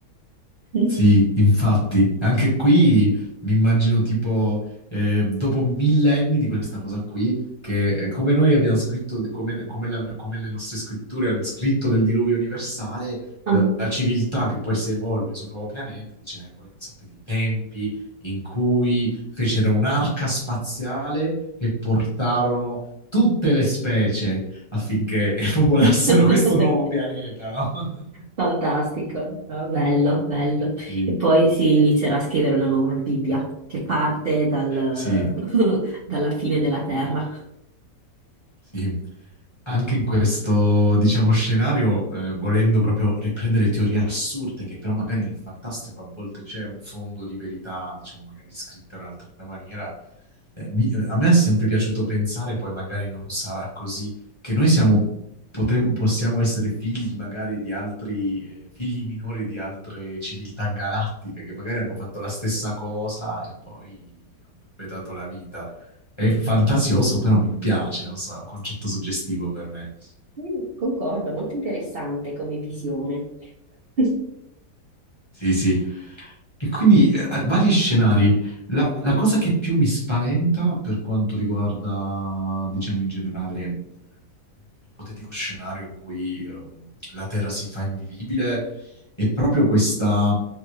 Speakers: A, on the right (about 65°); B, on the left (about 20°).
A: Mm?
B: Sì, infatti, anche qui mi immagino tipo eh, dopo millenni di questa cosa qui, che eh, come noi abbiamo scritto, come, come la- come le nostre scritture hanno scritto del diluvio universale,
A: Ah.
B: la, la civiltà che poi si evolve sul nuovo pianeta dice, "Eh, voi non sapete i tempi in cui fecero un'arca spaziale e portarono tutte le specie affinché <laughs> popolassero
A: <laughs>
B: questo nuovo pianeta, no?
A: Fantastico,
B: <laughs>
A: Ah, bello, bello.
B: Sì.
A: E poi si inizierà a scrivere una nuova Bibbia che parte dal-
B: Sì.
A: <laughs> dalla fine della terra.
B: Sì, anche in questo, diciamo, scenario, eh, volendo proprio riprendere teorie assurde, che però magari nel fantastico a volte c'è un fondo di verità, diciamo, magari scritta in un'altra maniera, eh, mi- eh, a me è sempre piaciuto pensare, poi magari non sarà così, che noi siamo, potem- possiamo essere figli magari di altri, eh, figli minori di altre civiltà galattiche, che magari hanno fatto la stessa cosa e poi hanno perpetrato la vita. È fantasioso, però mi piace, non so, è un concetto suggestivo per me.
A: Mm, Concordo, molto interessante come visione. <laughs>
B: Sì, sì. E quindi eh, vari scenari. La, la
A: Sì.
B: cosa che più mi spaventa per quanto riguarda, diciamo in generale, eh, un ipotetico scenario in cui ehm, la Terra si fa invivibile è proprio questa